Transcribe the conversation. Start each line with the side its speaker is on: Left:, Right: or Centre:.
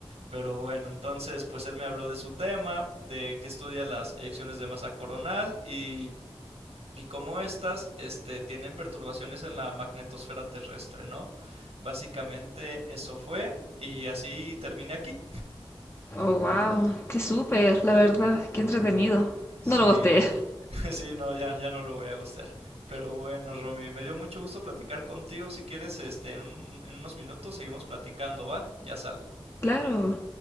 Right: Pero bueno, entonces, pues él me habló de su tema, de que estudia las elecciones de masa coronal y y cómo estas este, tienen perturbaciones en la magnetosfera terrestre, ¿no? Básicamente eso fue y así terminé aquí.
Left: Oh, wow. Qué súper, la verdad. Qué entretenido.
Right: Sí,
Left: No lo gosté.
Right: <laughs> sí, no, ya, ya no lo voy a gostear. Pero bueno, Romy, me dio mucho gusto platicar contigo. Si quieres, este, en, un- en unos minutos seguimos platicando, ¿va? Ya salgo.
Left: Claro,